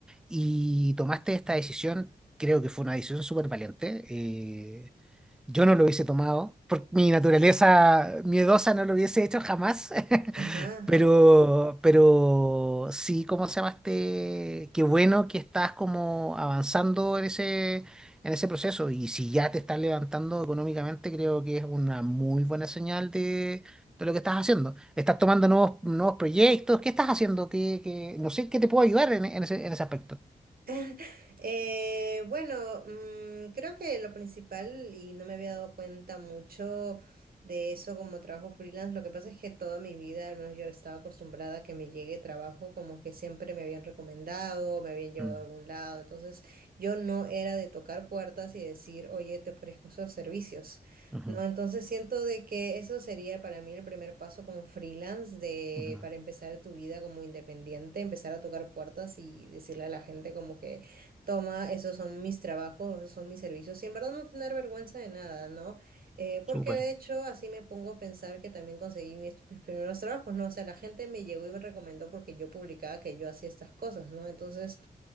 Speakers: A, in the centre; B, on the right.
A: y tomaste esta decisión. Creo que fue una decisión súper valiente. eh, yo no lo hubiese tomado, por mi naturaleza miedosa no lo hubiese hecho jamás. <laughs>
B: Ajá, ajá.
A: Pero, pero sí, ¿cómo se llama este? Qué bueno que estás como avanzando en ese en ese proceso. Y si ya te estás levantando económicamente, creo que es una muy buena señal de, de lo que estás haciendo. ¿Estás tomando nuevos, nuevos proyectos? ¿Qué estás haciendo? ¿Qué, qué- No sé qué te puedo ayudar en, en ese, en ese aspecto.
B: <laughs> Eh, bueno, mm, creo que lo principal, y no me había dado cuenta mucho de eso como trabajo freelance, lo que pasa es que toda mi vida, al menos yo estaba acostumbrada a que me llegue trabajo como que siempre me habían recomendado, me habían llevado
A: Mm,
B: a algún lado, entonces yo no era de tocar puertas y decir, oye, te ofrezco esos servicios.
A: ujú,
B: No, entonces siento de que eso sería para mí el primer paso como freelance de
A: ujú.
B: para empezar tu vida como independiente, empezar a tocar puertas y decirle a la gente como que toma, esos son mis trabajos, esos son mis servicios, y en verdad no tener vergüenza de nada, ¿no? Eh, porque
A: Súper.
B: de hecho así me pongo a pensar que también conseguí mis, mis primeros trabajos, ¿no? O sea, la gente me llegó y me recomendó porque yo publicaba que yo hacía estas cosas, ¿no? Entonces...